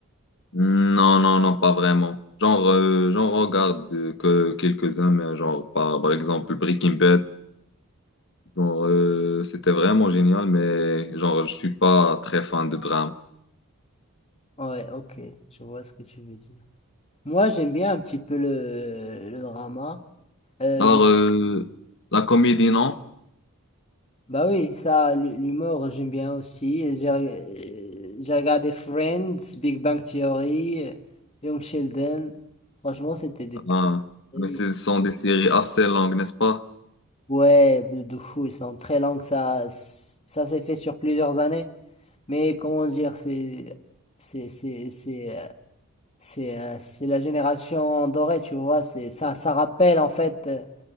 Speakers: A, on the left; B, on the left.
A: Non, non, non, pas vraiment. Genre, euh, j'en regarde euh, que quelques-uns, mais genre, par, par exemple, Breaking Bad, genre, euh, c'était vraiment génial, mais genre, je suis pas très fan de drame.
B: Ouais, ok, je vois ce que tu veux dire. Moi, j'aime bien un petit peu le, le drama. Euh,
A: Alors,
B: je
A: euh, la comédie, non?
B: Bah oui, ça, l- l'humour, j'aime bien aussi. J'ai reg- euh, j'ai regardé Friends, Big Bang Theory, euh, Young Sheldon. Franchement, c'était des très...
A: Ah,
B: très-
A: mais ce sont des séries assez longues, n'est-ce pas?
B: Ouais, de de fou, ils sont très longs. Ça, ça s'est fait sur plusieurs années. Mais comment dire, c'est... C'est c'est- c'est, euh, c'est, euh, c'est la génération dorée, tu vois. C'est, ça, ça rappelle, en fait. euh,